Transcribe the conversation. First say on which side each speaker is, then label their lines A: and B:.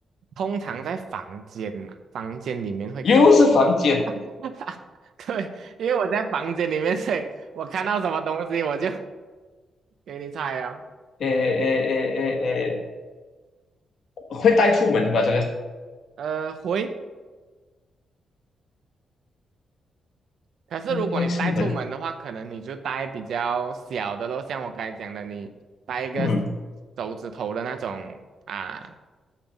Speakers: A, on the right (about 65°); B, on the left (about 55°).
A: 通常在房间嘛，房间里面会看到。
B: 又是房间，
A: <laughs> 对，因为我在房间里面，所以我看到什么东西我就给你猜哦。
B: 哎哎哎哎哎，会带出门吗？这个
A: 呃，会。可是如果你带出门的话，
B: 会带出门？
A: 可能你就带比较小的咯，像我刚才讲的，你带一个
B: 嗯，
A: 手指头的那种啊，